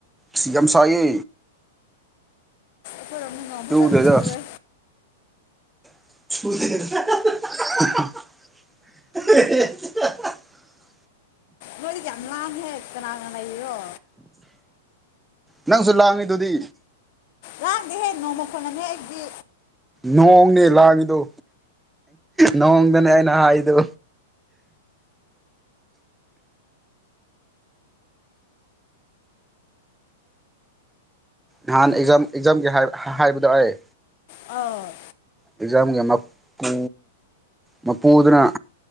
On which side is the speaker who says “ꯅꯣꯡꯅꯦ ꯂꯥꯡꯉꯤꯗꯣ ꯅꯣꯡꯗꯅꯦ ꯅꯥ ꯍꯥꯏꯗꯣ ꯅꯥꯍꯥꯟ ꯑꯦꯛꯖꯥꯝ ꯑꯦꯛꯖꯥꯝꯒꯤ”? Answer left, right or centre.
Centre